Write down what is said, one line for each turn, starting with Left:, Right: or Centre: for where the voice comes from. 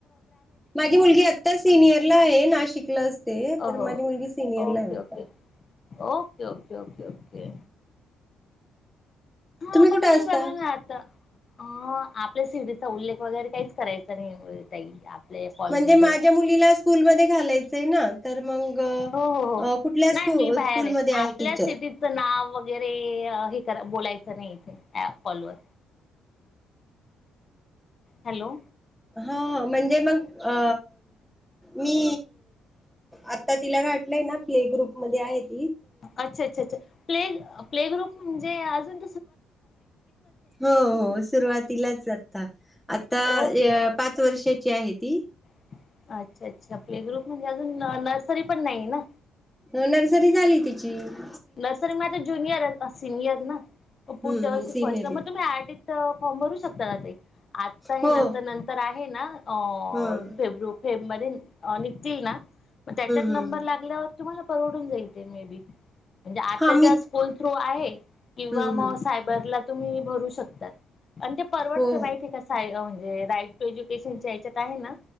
Centre: माझी मुलगी आता सिनियरला आहे नाशिकला असते
Left: अहो
Centre: तर माझी मुलगी सिनियरला
Left: ओके
Centre: आहे आता!
Left: Okay okay -okay okay -okay हा मग
Centre: कुठे
Left: तुम्ही
Centre: असता?
Left: बघा ना आता! अ आपल्या सिरीचा उल्लेख वगैरे काहीच करायचा नाही. आपल्या कॉलमध्ये
Centre: म्हणजे माझ्या मुलीला स्कूलमध्ये घालायचंय ना. तर मग
Left: हो हो हो
Centre: अ कुठल्या
Left: नाही
Centre: स्कू
Left: मी बाहेर
Centre: स्कूलमध्ये
Left: आहे आपल्या
Centre: टीचर?
Left: सिटीचं नाव वगै! वगैरे हे करा बोलायचं नाही इथे या कॉल वर! हॅलो
Centre: हां म्हणजे मग अ मी आता तिला घातलय ना प्ले ग्रुपमध्ये आहेत.
Left: <unintelligible> <unintelligible> <unintelligible> प्ले प्ले ग्रुप म्हणजे! ते अजुन
Centre: हो -हो सुरुवातीलाच आता -आता
Left: ओके
Centre: पाच वर्षाची आहे ती!
Left: <unintelligible> प्ले ग्रुप म्हणजे अजुन नर्सरी - पण नाहीे ना!
Centre: हो नर्सरी झाली तिची -
Left: नर्सरी माझं जुनियर सिनियर ना पुढच्या
Centre: हम्म हम्म
Left: वर्षी
Centre: सिनियरला
Left: पोस्टला मग तुम्ही आय! इथ फॉर्म भरू शकता ना ते - आता हे
Centre: हो
Left: नंतर
Centre: ह
Left: नंतर आहे. आहे ना. अं
Centre: हम्म
Left: फेब्रु - फेब्रु मध्ये निघतील ना. मग त्याच्यात
Centre: हम्म
Left: नंबर लागल्यावर! तुम्हाला परवडून जाई तेे मे बी! म्हणजे आता
Centre: हा
Left: ज्या
Centre: मी
Left: स्कूल - थ्रो आहे. किंवा
Centre: हम्म
Left: मग
Centre: हम्म
Left: सायबरला! तुम्ही भरू शकतात. आणि ते परवडत
Centre: हो
Left: माहिती आहे का? साय फोन. <unintelligible> एज्युकेशनच्या ह्याच्यात आहे ना,